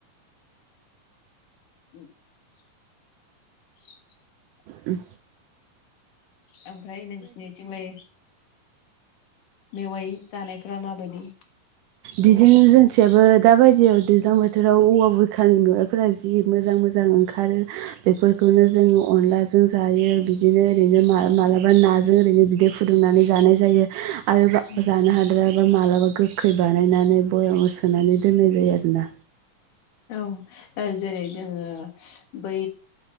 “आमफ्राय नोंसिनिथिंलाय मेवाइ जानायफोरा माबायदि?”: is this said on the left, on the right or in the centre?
Left